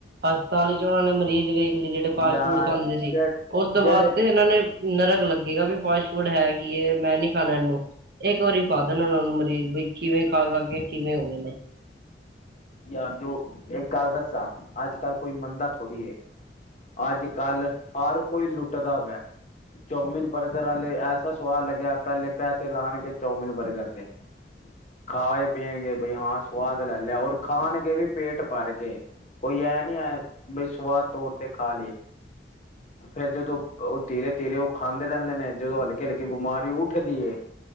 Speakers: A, on the right (about 60°); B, on the left (about 40°).
A: ਹਸਪਤਾਲ 'ਚ ਉਹਨਾਂ ਨੇ ਮਰੀਜ਼ ਵੇਖ ਲਏ ਜਿਹੜੇ ਫਾਸਫੂਡ
B: ਯਾਰ
A: ਖਾਂਦੇ ਸੀ
B: ਜ
A: ਉਸ ਤੋਂ
B: ਜਿਹੜੇ
A: ਬਾਅਦ ਤੇ ਇਹਨਾਂ ਨੇ ਨਰਕ ਲੱਗੇਗਾ ਵੀ ਫਾਸਫੂਡ ਹੈ ਕੀ ਹ ਮੈਂ ਨਹੀਂ ਖਾਣਾ ਇਹਨੂੰ ਇਕ ਵਾਰੀ ਸਾਧਨ ਮਰੀਜ਼ ਦੇਖੀ ਹੋਏ ਖਾ ਸਕਦੇ ਕਿਵੇਂ ਹੋ ਗਏ ਨੇ।
B: ਯਾਰ ਜੋ ਇੱਕ ਗੱਲ ਦੱਸਾ ਅੱਜਕੱਲ ਕੋਈ ਮੰਨਦਾ ਥੋੜੀ ਏ। ਅੱਜ ਕੱਲ ਹਰ ਕੋਈ ਲੁੱਟਦਾ ਪਿਆ। ਚੋਮਿਨ ਬਰਗਰ ਆਲੇ ਐਸਾ ਸਵਾਦ ਲੱਗਿਆ ਪਹਿਲੇ ਪੈਸੇ ਲਾਣ ਕੇ ਚੋਮਿਨ ਬਰਗਰ ਤੇ ਹਾਂ ਇਹ ਪੀਣ ਗੇ ਬਈ ਹਾਂ ਸਵਾਦ ਲੈ ਲਿਆ ਔਰ ਖਾਣ ਕੇ ਵੀ ਪੇਟ ਭਰ ਕੇ ਕੋਈ ਐ ਨਹੀਂ ਸਵਾਦ ਤੌਰ ਤੇ ਖਾ ਲੇ ਫੇਰ ਜਦੋਂ ਉਹ ਧੀਰੇ -ਧੀਰੇ ਉਹ ਖਾਂਦੇ ਰਹਿੰਦੇ ਨੇ ਜਦੋਂ ਹਲਕੇ -ਹਲਕੇ ਬਿਮਾਰੀ ਉੱਠਦੀ ਏ।